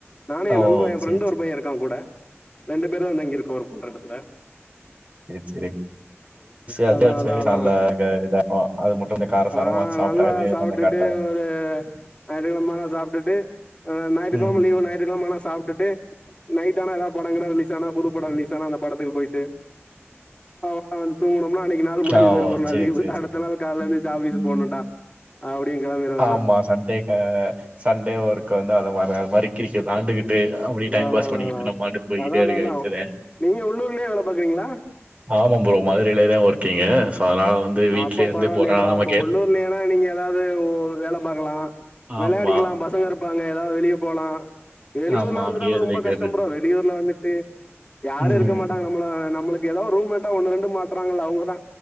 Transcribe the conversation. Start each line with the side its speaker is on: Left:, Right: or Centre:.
Left: நானு
Right: ஓ!
Left: ஏ நண்பன் ஏ ஃப்ரெண்டு
Right: சரி,
Left: ஒரு பைய இருக்கா கூட ரெண்டு பேருந்தா தங்கி இருக்கோ ஒர்க் பண்ற எடத்துல
Right: சேரி சேரி எதாசு
Left: அதா அதா
Right: <unintelligible> <unintelligible>
Left: அதா
Right: அது மட்டு கொஞ்சோ கார சாரமா
Left: ஆ
Right: வெச்சு சாப்ட்டா
Left: நல்லா
Right: கரெக்டா
Left: சாப்ட்டுட்டு
Right: இருக்கு
Left: ஒரு ஞாயித்துக்கெழம ஆனா சாப்டிட்டு ஆ ஞாயித்துக்கெழம
Right: ம்.
Left: லீவு ஞாயித்துக்கெழம ஆனா சாப்ட்டு நைட்டு ஆனா எதா படகிடோ ரிலீஸ் ஆனா புது படோ ரிலீஸ் ஆனா அந்த படத்துக்கு போயிட்டு அவ்ளோதா வந்து தூங்குணோம்னா அன்னிக்கி நாள் முடிஞ்சு
Right: ஆ,
Left: போயிரு
Right: ஓ!
Left: ஒரு நாள்
Right: சரி,
Left: லீவு
Right: சரி,
Left: அடுத்த நாள் கால்ல
Right: சரி.
Left: எத்திருச்சு ஆபீஸ்ஸூ போணுன்ட்டா அப்டியே கெளம்பிரவேந்தா
Right: ஆமா. சண்டே கா சண்டே ஒர்க்க வந்து அத மா அது மாரி கிரிக்கிட் வோண்டுகிட்டு அப்டியே டைம்
Left: அதா
Right: பாஸ்
Left: அதா
Right: பண்ணிகிட்டு
Left: அதா
Right: நம்ம பாட்டுக்கு போயிட்டே
Left: அதா அதா
Right: இருக்க
Left: அதா
Right: வேண்டியதா
Left: நீங்க உள்ளீர்லயே வேல பாக்குறீங்களா
Right: ஆமா ப்ரோ மதுரையிலயேதா ஒர்க்கீங்கு சோ அதனால வந்து வீட்லயே
Left: அப்போ
Right: இருந்து
Left: பரவாயில்லியே
Right: போறனால
Left: ப்ரோ
Right: நமக்கு
Left: அப்ப உள்ளூர் குல்லேன்னா நீங்க எதாது வேல பாக்கலா
Right: ஆமா,
Left: வெளாடிக்கலா பசங்க இருப்பாங்க எதாது வெளிய போலா வெளியூர்ல
Right: ஆமா.
Left: வந்துட்டாலு
Right: அப்டியே இதாயிட்டே
Left: ரொம்ப கஷ்ட
Right: இருக்கு.
Left: ப்ரோ வெளியூர்ல வந்துட்டு யாரு
Right: ம்.
Left: இருக்க மாட்டாங்க நம் நம்மள நம்மளுக்கு ஏதாவது ரூம்மேட்டா ஒன்னு ரெண்டு மாட்றாங்கள்ள அவங்க தா